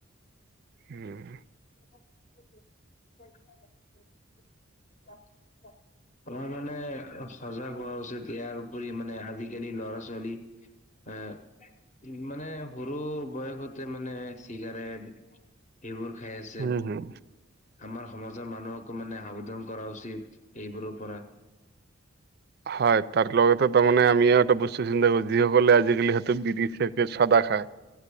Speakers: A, on the right; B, on the left.
A: উম।
B: <unintelligible> <unintelligible> আমাৰ মানে চজাগ হোৱা উচিত। ইয়াৰ উপৰি মানে আজি-কালি ল'ৰা-ছোৱালী এ মানে সৰু বয়সতে মানে চিগাৰেট এইবোৰ খাই আছে।
A: হম হম
B: আমাৰ সমাজৰ মানুহকো মানে সাবদন কৰা উচিত এইবোৰৰ পৰা।
A: হয়, তাৰ লগতে তাৰমানে আমিও এটা বস্তু চিন্তা কৰো যিসকলে আজি-কালি <unintelligible> <unintelligible> চাদা খায়।